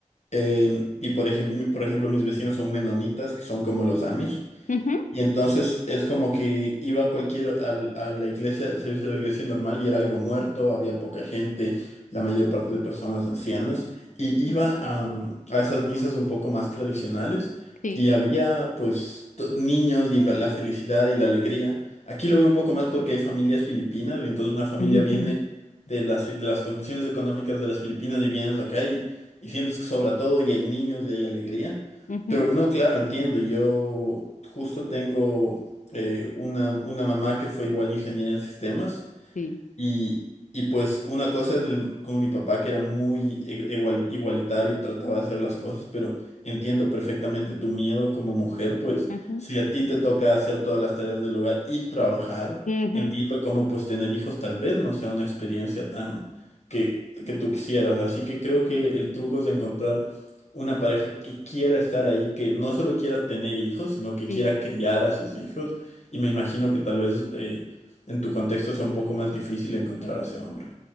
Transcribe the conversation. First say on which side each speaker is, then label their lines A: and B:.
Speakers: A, on the left; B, on the left.
A: Eh, y por ejemplo, por ejemplo, mis vecinos son menonitas, que son como los Amish.
B: ujú,
A: Y entonces es como que iba a cualquier al- a la iglesia, el servicio de la iglesia normal y era algo muerto, había poca gente, la mayor parte de personas ancianas, y iba
B: ujú,
A: a, mm, a esas misas un poco más tradicionales
B: Sí.
A: y había pues to- niños y la, la felicidad y la alegría. Aquí lo veo un poco más porque hay familias filipinas y entonces una familia
B: <laughs>
A: viene de las, de las condiciones económicas de las Filipinas y vienes acá y, y sientes que sobra todo y hay niños y hay alegría.
B: Ujú,
A: Pero no, claro, entiendo. Yo justo tengo eh, una, una mamá que fue igual ingeniera en sistemas.
B: Sí.
A: Y, y pues una cosa es el- con mi papá que era muy e- igual- igualitario, trataba de hacer las cosas, pero entiendo perfectamente tu miedo como mujer, pues
B: Ujú,
A: si a ti te toca hacer todas las tareas del hogar y trabajar,
B: ujú,
A: entiendo cómo pues tener hijos tal vez no sea una experiencia tan que, que tú quisieras. Así que creo que el truco es encontrar una pareja que quiera estar ahí, que no solo quiera tener hijos, sino que
B: Sí.
A: quiera criar a sus hijos. Y me imagino que tal vez... eh, en tu contexto sea un poco más difícil encontrar a ese hombre.